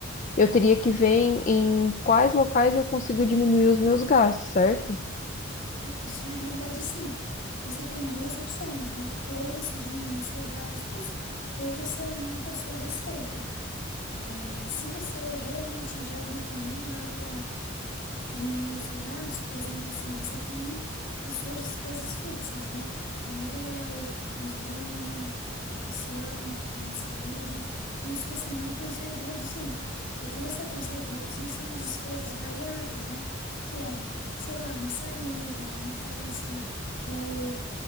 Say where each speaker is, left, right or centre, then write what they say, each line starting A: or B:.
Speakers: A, on the left; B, on the left.
A: eu teria que ver em, em quais locais eu consigo diminuir os meus gastos, certo?
B: Isso, na realidade, assim, você tem duas opções, né? Ou você diminui os seus gastos, ou você aumenta a sua receita. É, se você realmente já viu que não dá para diminuir o seu gasto, por exemplo, assim, você tem as suas despesas fixas, né? Aluguel, gasolina, educação, plano de saúde. Isso você não consegue reduzir. O que você consegue reduzir são as despesas variáveis, né? Que é, sei lá, uma saída, uma festa, ou